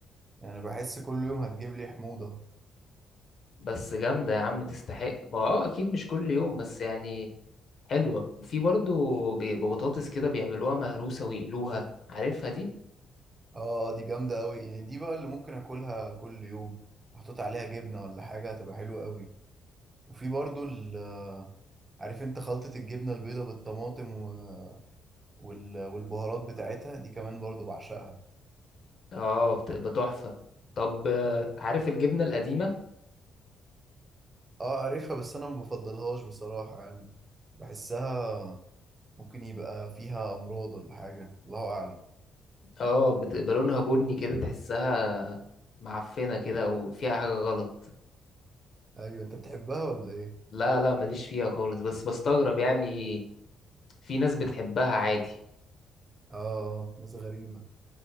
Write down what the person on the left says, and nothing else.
بس جامدة يا عم تستحق ما اه اكيد مش كل يوم بس يعني حلوة وفي برضو ب- ببطاطس كده بيعملوها مهروسة ويقلوها عارفها دي
اه بتبقى تحفة طب آه، عارف الجبنة القديمة
اه بتبقى لونها بني كده تحسها معفنة كده او فيها حاجة غلط
لا لا ماليش فيها خالص بس بستغرب يعني في ناس بتحبها عادي